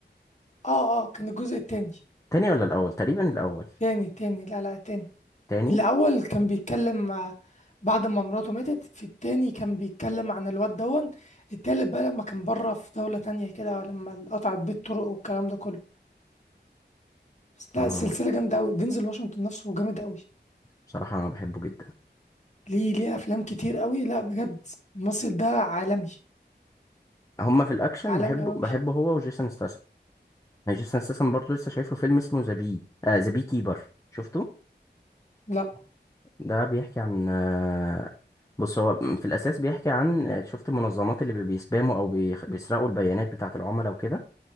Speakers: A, on the left; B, on the left.
A: اه اه كان الجزء التاني
B: تاني ولا الاول تقريبا الاول
A: تاني تاني لا لا التاني
B: تاني
A: الأول كان بيتكلم مع- بعد ما مراته ماتت في التاني كان بيتكلم عن الواد دون التالت بقى لما كان بره في دولة تانية كده لما قطعت بيه الطرق والكلام ده كله بس
B: اه
A: لا السلسلة جامدة أوي دينزل واشنطن نفسه جامد أوي
B: بصراحة انا بحبه جدا
A: ليه ليه أفلام كتير أوي لا بجد الممثل ده عالمي
B: هما في الاكشن
A: عالمي
B: بحبه
A: أوي
B: بحبه هو وجيسون ستاثام يعني جيسون ستاثام برضه لسه شايف له فيلم اسمه ذا بي آه ذا بي كيبر شفته
A: لا
B: ده بيحكي عن آه، بص هو في الأساس بيحكي عن شفت المنظمات اللي بي- بيسباموا أو بيخ- بيسرقوا البيانات بتاعة العملاء وكده